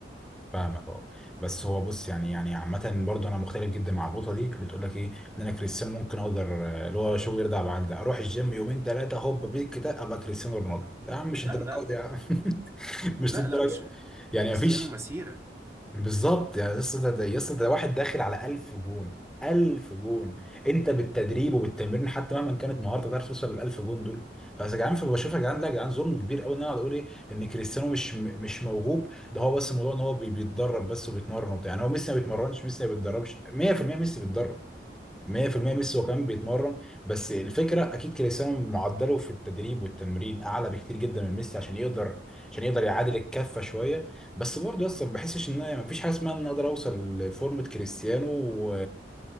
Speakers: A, in the centre; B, on the right.
A: فاهمك اه بس هو بص يعني يعني عامة برضه انا مختلف جدا مع النقطة دي اللي تقول لك ايه ان انا كريستيانو ممكن اقدر آه، اللي هو شغل يرضى بعد ده اروح الجيم يومين ثلاثة هوب بيك كده ابقى كريستيانو رونالدو لا يا عم مش
B: لا
A: الدرجات
B: لا
A: يا عم <laughs> مش
B: لا
A: الدرجة
B: لا مش
A: يعني
B: كريستيانو
A: مفيش
B: مسيرة
A: بالظبط يعني يس ده ده يس ده واحد داخل على 1000 جون 1000 جون انت بالتدريب وبالتمرين حتى مهما كانت مهارتك ما تعرفش توصل لل 1000 جون دول فيا جدعان فبشوف يا جدعان لا يا جدعان ظلم كبير قوي ان انا اقعد اقول ايه ان كريستيانو مش م- مش موهوب ده هو بس الموضوع ان هو بي- بيتدرب بس وبيتمرن وبتاع يعني هو ميسي ما بيتمرنش ميسي ما بيتدربش 100% ميسي بيتدرب 100% ميسي هو كمان بيتمرن بس الفكره اكيد كريستيانو معدله في التدريب والتمرين اعلى بكتير جدا من ميسي عشان يقدر عشان يقدر يعادل الكفه شويه بس برضه يا اسطى ما بحسش ان ما فيش حاجه اسمها ان أنا اقدر اوصل لفورمه كريستيانو و-